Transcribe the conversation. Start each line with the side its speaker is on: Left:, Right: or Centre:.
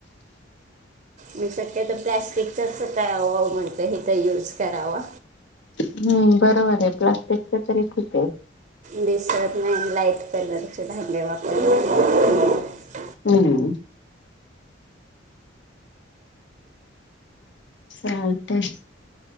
Right: मी शक्य तो प्लॅस्टिक त्याचं काय अहो अहो म्हणतोय हेथ यूज करावा
Left: हम्म! बरोबर हाय प्लास्टिकचं तरी किती हाय?
Right: बी शर्ट नाही लाईट पलंरची भांडे वापरायचे प
Left: हम्म! चालतंय